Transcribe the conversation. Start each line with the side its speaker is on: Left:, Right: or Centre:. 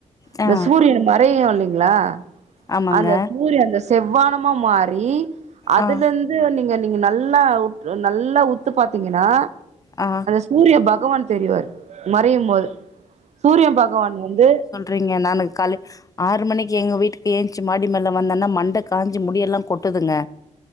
Left: ஆ
Right: அந்த சூரியன் மறையும் இல்லைங்களா
Left: ஆமாங்க.
Right: அந்த சூரியன் அந்த செவ்வான அம்மாரி அதுல
Left: ஆ
Right: நீங்க நீங்க நல்லா நல்லா உத்து பார்த்தீங்கன்னா
Left: ஆ
Right: சூரிய பகவான் தெரியவாரு மறையும்போது சூரிய பகவான் வந்து
Left: விங்க நானு கால ஆறு மணிக்கு எங்கள் வீட்டுக்கு ஏந்திச்சி மாடி மேல்லே வந்தேன்னா மண்டை காஞ்சி முடியெல்லாம் கொட்டுதுங்க